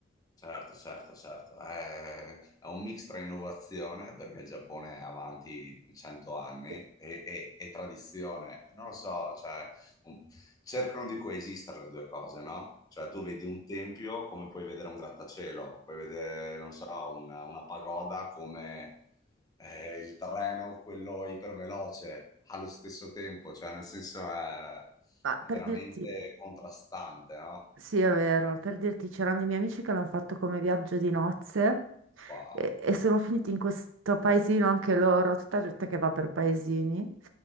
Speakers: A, on the left (about 20°); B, on the right (about 80°).
A: certo, certo, certo. È, è un mix tra innovazione, perché il Giappone è avanti 100 anni,
B: Sì.
A: e, e- e tradizione. Non lo so, cioè, un- cercano di coesistere le due cose, no? Cioè, tu vedi un tempio come puoi vedere un grattacielo, puoi vedere, non so, una, una pagoda come eh, il treno, quello iperveloce, allo stesso tempo, cioè, nel senso è,
B: Ma
A: è
B: per
A: veramente
B: dirti.
A: contrastante, no?
B: Sì, è vero. Per dirti, c'erano dei miei amici che l'hanno fatto come viaggio di nozze
A: Wow.
B: e, e sono finiti in questo paesino anche loro, tutta gente che va per paesini,